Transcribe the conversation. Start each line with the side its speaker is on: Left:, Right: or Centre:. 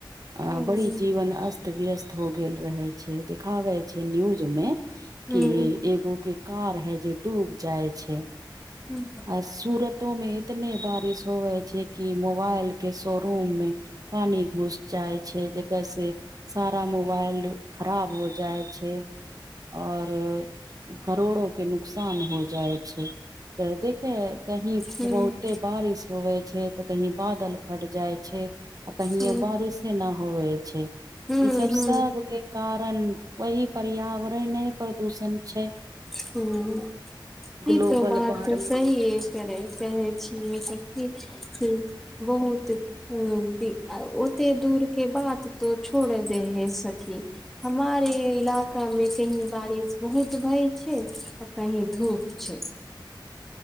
Right: आ
Centre: हूँ
Right: बड़ी जीवन अस्त- व्यस्त हो गेल रहे छै देखाबै छै न्यूज मे
Centre: हूँ
Right: कि- एगो के कार है जे डूब जाय छै
Centre: हूँ ब
Right: आ सूरतो मे एतने बारिश होवे छै कि मोबाइल के शोरूम मे पानि घुस जाय छै जेकर स सारा मोबाएल खराब हैं जाए छै। और करोड़ो के नुकसान हो जाई छै। तऽ देखे कही
Centre: हूँ
Right: बहुते बारिश होवे छै तऽ कही बादल फट जाए छै कहीये
Centre: ह
Right: बारिशे न होवे छै ई
Centre: ह
Right: सभ
Centre: ह
Right: सभ के कारण वही पर्यावरणे प्रदूषण छै।
Centre: हू
Right: ग्लोबल
Centre: ई तऽ बात
Right: वार्मिंग
Centre: सहिये करे कहै छियै किछ -किछ। बहुत। हू ओते दूर के बात तो छोड़ दे हे सखी। हमार ऐ इलाका मे कही बारिश बहुत भय छैय तऽ कहीं धूप। अच्छा